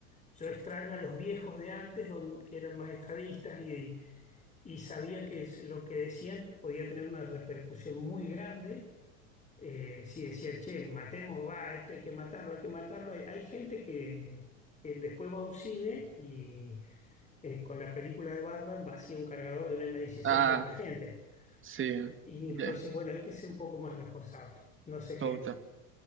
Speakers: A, on the left; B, on the right.
A: Yo extraño a los viejos de antes, don- que eran más estadistas y, y sabían que es- lo que decían podía tener una repercusión muy grande. Eh, si decían, che, matemos, va, esto hay que matarlo, hay que matarlo. Hay, hay gente que, que después va a un cine y eh, con la película de Batman vacía un cargador de un m dieciséis
B: ah,
A: sobre la gente.
B: sí,
A: Y
B: ya,
A: entonces, bueno, hay que ser un poco más responsable. No sé
B: total.
A: qué.